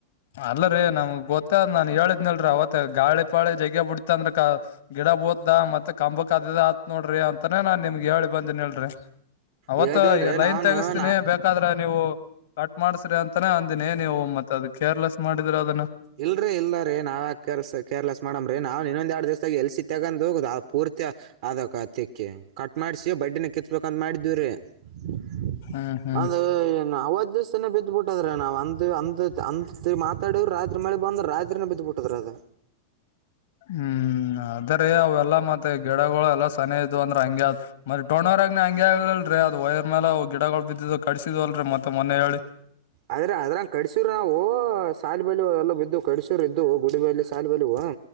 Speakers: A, on the left (about 55°); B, on the right (about 55°).
A: ಅಲ್ಲರೀ ನಮ್ಗ್ ಗೊತ್ತ ನಾನ್ ಹೇಳಿದ್ನಲ್ರಿೀ ಅವತ್ತ ಗಾಳಿ ಪಾಳಿ ಜೈಗ ಬಿಡ್ತ ಅಂದ್ರ ಗಿಡ ಬೂದ ಮತ್ತೆ ಕಂಬಕ್ ಅದದ ಆತ್ ನೋಡ್ರಿ ಅಂತಾನೇ ನಾನ್ ನಿಮ್ಗೆ ಹೇಳಿ ಬಂದೇನ ಹೇಳ್ರಿ ಅವತ್
B: ಹೇಳ್ದಲ್ರಿ
A: ಈ ಲೈನ್
B: ನಾನು
A: ತಗಿಸ್ತೀನಿ
B: ನಾ
A: ಬೇಕಾದ್ರ ನೀವು ಕಟ್ ಮಾಡ್ಸ್ರಿ ಅಂತಾನೇ ಅಂದಿನಿ ನೀವು ಮತ್ ಅದು ಕೇರ್ಲೆಸ್ ಮಾಡಿದ್ರೆ ಅದನ್ನ
B: ಇಲ್ರರಿ ಇಲ್ಲ ರೀ ನಾವ ಯಕರ್ ಕೇರ್ಲೆಸ್ ಮಾಡಮ್ರೀ ನಾವವು ಇನ್ನೊಂದ ಎರಡ್ ದಿವಸದಾಗ ಎಲ್ಸಿ ತಗಂದರ್ ಅದಕತ್ತಕ್ಕೆ ಕಟ್ ಮಾಡಸಿ ಬಡ್ಡಿನ ಕಿತ್ತ ಬೇಕ ಮಾಡಿದವ್ರೀ ಅ
A: ಹ್ಮ್ ಹ್ಮ್
B: ಅವತ್ತು ರಾಜಸ್ಥಾನ ಬಿದ್ದ್ಬಿಟ್ಟದ್ರೆ ನಾವು ಅಂದು ಅ ಅ ಮಾತಾಡರು ಮಳೆ ಬಂದ್ರೆ ರಾತ್ರಿನ ಬಿದ್ದುಬಿಟ್ಟದ್ರ ಅದೇ
A: ಹ್ಮ್ ಅದ್ರ ಅವೆಲ್ಲ ಲ್ಲ ಮತ್ತೆ ಗಿಡಗಳಗಳು ಎಲ್ಲಾ ಸನಿ ಇದ್ ಅಂದ್ರೆ ಹಂಗ ಅ ಮತ್ತೆ ತಟೊಂಡ್ಣವರ್ಗ್ ಹಂಗಗೆ ಆಗಲ್ರರಿ ಅದು ವೈರ್ ಮೇಲ ಗಿಡಗಳು ಬಿದ್ದಿದ್ದು ಕಡಿಸಿದ ಅಲ್ರರಿ ಮತ್ತೆ ಮನ ಹೇಳಿ
B: ಅ ಆದ್ರೆ ಅದ್ರಂಗ ಕಡಸ್ರ ನಾವು ಸಾಲ ಬೆ ಎಲ್ಲ ಬಿದ್ದು ಕಡಿಸೂರ್ ಇದ್ದು ಗುಡಿಬಲ್ಲಿ ಸಾಲ ಬೆಲುವ